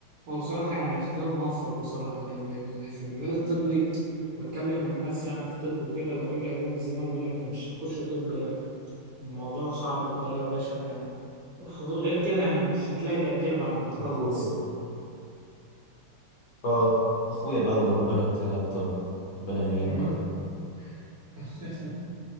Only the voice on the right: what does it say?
هو بصراحة يعني اختيار موفق بصراحة لأن ال- في المجال الطبي بتكلم مع ناس يعني في طب وكده لو رجع بيهم الزمن بيقول لك أنا مش هخش طب يعني الموضوع صعب بطريقة بشعة يعني وخ- غير كده يعني مش هتلاقي تقدير بعد ما تخلص
مم.
<laughs>